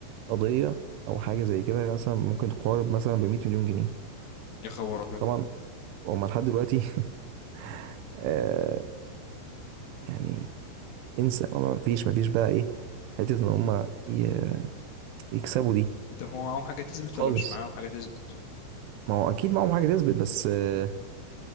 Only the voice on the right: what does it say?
قضية او حاجة زي كده مثلا ممكن تقارب مثلا ب 100 مليون جنيه
طبعا وهم لحد دلوقتي <laughs> آه يعني انسى ما فيش ما فيش بقى ايه حته ان هم ي- يكسبوا دي
خالص
ما هو اكيد معاهم حاجه تثبت بس آه